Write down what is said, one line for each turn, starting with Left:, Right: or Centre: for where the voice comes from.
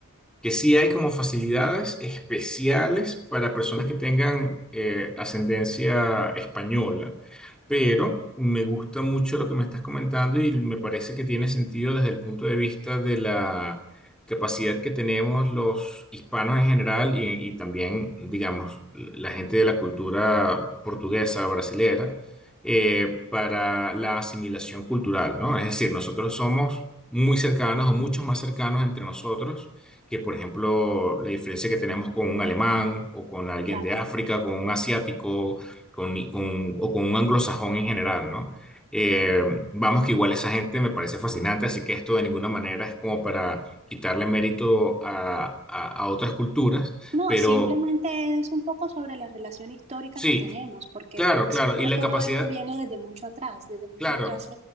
Centre: que sí hay como facilidades especiales para personas que tengan eh, ascendencia española, pero me gusta mucho lo que me estás comentando y me parece que tiene sentido desde el punto de vista de la capacidad que tenemos los hispanos en general y, y también, digamos, la gente de la cultura portuguesa, brasilera, eh, para la asimilación cultural, ¿no? Es decir, nosotros somos muy cercanos o mucho más cercanos entre nosotros que, por ejemplo, la diferencia que tenemos con un alemán o con alguien
Right: Claro.
Centre: de África, con un asiático con, con- o con un anglosajón en general, ¿no? Eh, vamos que igual esa gente me parece fascinante, así que esto de ninguna manera es como para quitarle mérito a, a- a otras culturas,
Right: No,
Centre: pero
Right: simplemente es un poco sobre la relación histórica
Centre: sí,
Right: que tenemos, porque
Centre: claro,
Right: en principio
Centre: claro, y la
Right: todo
Centre: capacidad,
Right: esto viene desde mucho atrás, desde mucho
Centre: claro.
Right: atrás.